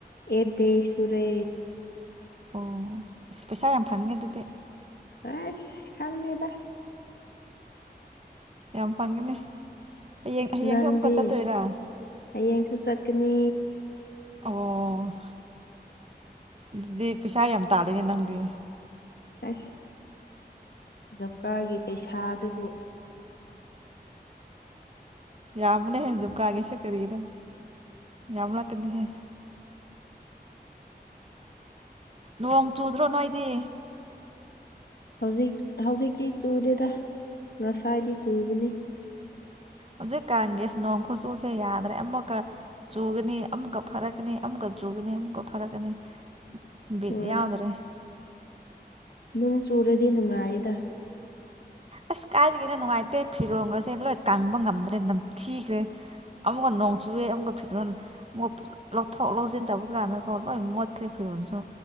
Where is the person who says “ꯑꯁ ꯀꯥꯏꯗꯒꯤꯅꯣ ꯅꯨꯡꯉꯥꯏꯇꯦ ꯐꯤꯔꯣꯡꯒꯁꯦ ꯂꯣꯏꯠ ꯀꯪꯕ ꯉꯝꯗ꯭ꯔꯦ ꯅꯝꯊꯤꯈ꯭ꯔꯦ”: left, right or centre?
Right